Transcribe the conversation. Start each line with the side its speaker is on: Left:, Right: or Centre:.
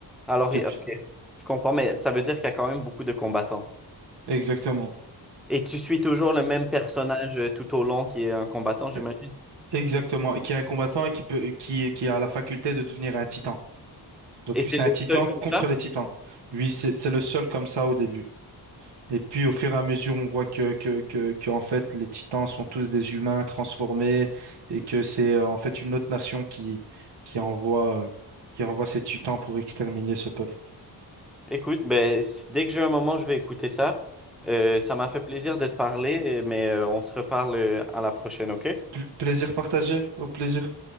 Centre: Alors,
Right: Depuis...
Centre: et- ok, je comprends, mais ça veut dire qu'il y a quand même beaucoup de combattants.
Right: Exactement.
Centre: Et tu suis toujours le même personnage euh, tout au long qui est un combattant, j'imagine.
Right: Euh, Exactement. Et qui est un combattant et qui peut, qui, qui a la faculté de devenir un titan. Donc,
Centre: Et c'est
Right: c'est
Centre: le
Right: un titan
Centre: seul comme
Right: contre
Centre: ça?
Right: les titans. Lui, c'est c'est le seul comme ça au début. Et puis au fur et à mesure, on voit que, que, que, que en fait les Titans sont tous des humains transformés et que c'est euh, en fait une autre nation qui, qui envoie, euh, qui envoie ces Titans pour exterminer ce peuple.
Centre: Écoute, ben, c- dès que j'ai un moment, je vais écouter ça. Euh, ça m'a fait plaisir de te parler, mais euh, on se reparle euh, à la prochaine, ok?
Right: Pl- plaisir partagé, au plaisir.